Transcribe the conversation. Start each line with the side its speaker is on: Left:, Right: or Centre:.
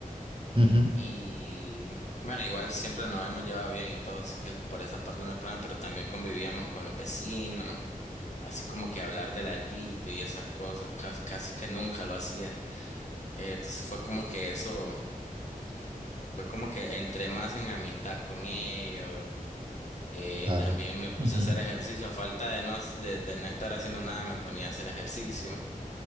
Right: ujú,
Left: y bueno, igual siempre nos habíamos llevado bien y todo, así que por esa parte no hay problema, pero también convivíamos con los vecinos, así como que hablar de larguito y esas cosas, cas- casi que nunca lo hacía. Eh, entonces fue como que eso, fue como que entré más en amistad con ellos. Eh,
Right: Claro.
Left: también me puse
Right: Ujú,
Left: a hacer ejercicio, a falta de no, ha- de de no estar haciendo nada, me ponía a hacer ejercicio.